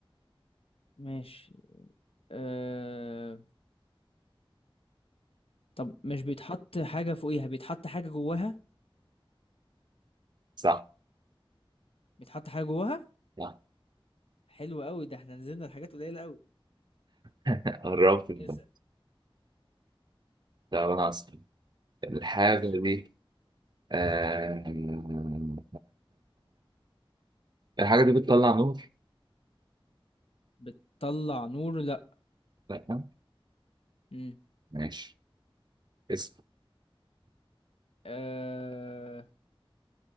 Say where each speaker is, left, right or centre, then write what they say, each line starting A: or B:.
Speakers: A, on the left; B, on the right.
A: ماشي، آآ طَب مش بيتحط حاجة فوقيها، بيتحط حاجة جواها؟
B: صح
A: بيتحط حاجة جواها؟
B: صح
A: حلو أوي، ده إحنا نزلنا لحاجات قليلة أوي،
B: <laughs> قربت ده
A: اسأل،
B: طب انا اسال الحاجه
A: ماشي.
B: دي آم، الحاجه دي بتطلع نور
A: بتطلع نور لا
B: لا
A: مم.
B: ماشي اسال
A: آه...